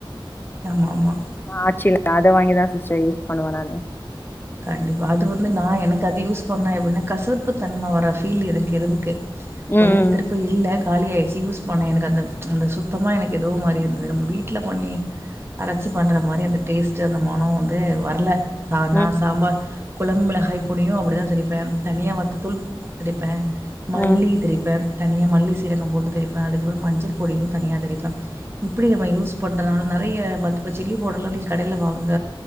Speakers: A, on the right (about 25°); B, on the left (about 25°).
A: ஆமா ஆமா
B: ஆ ஆட்சி அத வாங்கிதா சிஸ்டர் யூஸ் பண்ணுவ நானு.
A: கண்டிப்பா அது வந்து நா எனக்கு அது யூஸ். பண்ண எப்டின்னா கசப்பு தன்ம வர ஃபீல் எனக்கு இருக்கு
B: ம்
A: ஒரே ஒரு திருப்பு இல்ல. காலியாயிடுச்சி யூஸ் பண்ணே எனக்கு அந்த அந்த சுத்தமா எனக்கு ஏதோ மாரி இருந்தது நம்ம வீட்ல பண்ணி அரைச்சி பண்ற மாரி அந்த டேஸ்ட்டு அந்த மணம் வந்து வர்ல
B: ம்
A: ரொம்ப கொழம்பு காய் பொடியு அப்பிடிதா திரிப்பே தனியா வத்த தூள் திரிப்பே மல்லி
B: ம் ம்
A: திரிப்ப. தனியா மல்லி சீரகம் போட்டு திரிப்ப அதுக்கப்புறோ மஞ்சள் பொடியு தனியா தரிப்பே இப்பிடி நம்ம யூஸ் பண்றதுனால. நெறைய இப்போ சில்லி பவுடர்லா நீங்க கடையில வாங்க.